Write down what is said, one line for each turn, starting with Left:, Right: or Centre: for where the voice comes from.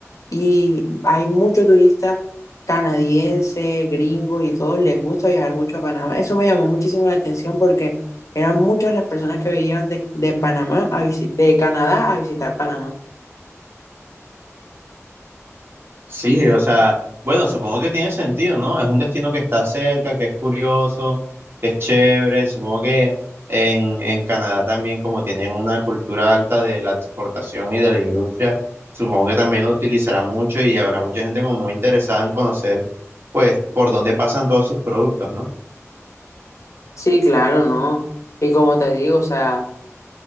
Left: y hay muchos turistas canadienses, gringos y todos les gusta viajar mucho a Panamá. Eso me llamó muchísimo la atención porque eran muchas las personas que venían de, de Panamá a visi- de Canadá a visitar Panamá.
Right: Sí, o sea, bueno, supongo que tiene sentido, ¿no? Es un destino que está cerca, que es curioso, que es chévere. Supongo que en, en Canadá también, como tienen una cultura alta de la exportación y de la industria, supongo que también lo utilizarán mucho y habrá mucha gente como muy interesada en conocer, pues, por dónde pasan todos sus productos, ¿no?
Left: Sí, claro, no. Y como te digo, o sea,